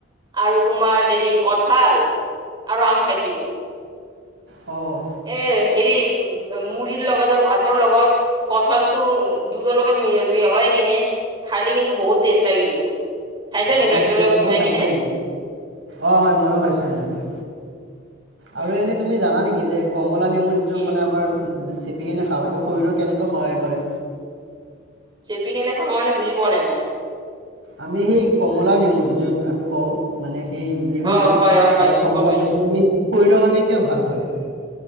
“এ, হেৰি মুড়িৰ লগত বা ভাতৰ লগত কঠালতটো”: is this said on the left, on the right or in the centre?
Right